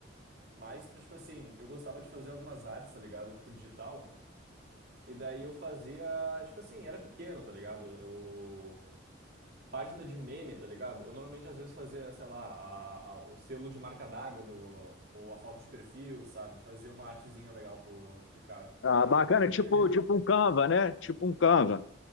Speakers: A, on the right; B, on the left.
A: Mais pra, tipo assim, eu gostava de fazer algumas artes, tá ligado? Tipo, digital. E daí eu fazia, tipo assim, era pequeno, tá ligado? Eu página de meme, tá ligado? Eu normalmente às vezes fazia, sei lá, a- a- o selo de marca d'água do, ou a foto de perfil, sabe? Fazia uma artezinha legal pro, pro cara. Daí
B: Ah,
A: eu ganhei
B: bacana,
A: uma graninha
B: tipo,
A: ali.
B: tipo um Canva, né? Tipo um Canva.